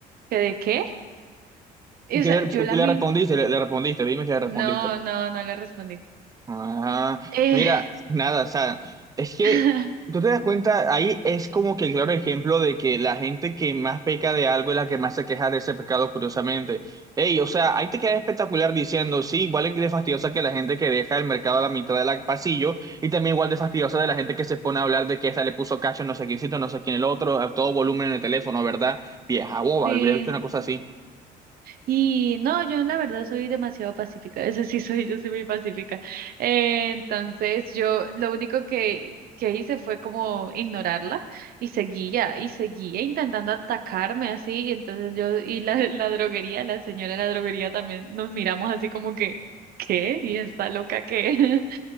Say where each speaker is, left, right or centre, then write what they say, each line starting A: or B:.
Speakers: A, on the right (about 60°); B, on the right (about 20°).
A: ¿que de qué? Y,
B: ¿Y qué
A: o sea,
B: le,
A: yo
B: tú
A: la
B: le
A: miré,
B: respondiste? Le, le respondiste, dime que le respondiste.
A: no, no, no le respondí.
B: Ah,
A: Eh,
B: mira, nada, o sea, es que
A: <laughs>
B: tú te das cuenta, ahí es como que el claro ejemplo de que la gente que más peca de algo es la que más se queja de ese pecado, curiosamente. Ey, o sea, ahí te queda espectacular diciendo, sí, igual es de fastidiosa que la gente que deja el mercado a la mitad del pasillo, y también igual de fastidiosa de la gente que se pone a hablar de que esta le puso cacho, no sé quién, no sé quién el otro, a todo volumen en el teléfono, ¿verdad? Vieja boba,
A: sí.
B: olvidé una cosa así.
A: Y no, yo la verdad soy demasiado pacífica, eso sí soy, yo soy muy pacífica. Eh, entonces yo lo único que, que hice fue como ignorarla y seguía y seguía intentando atacarme así y entonces yo y la, <laughs> la droguería, la señora de la droguería también nos miramos así como que, ¿qué? ¿Y está loca qué? <laughs>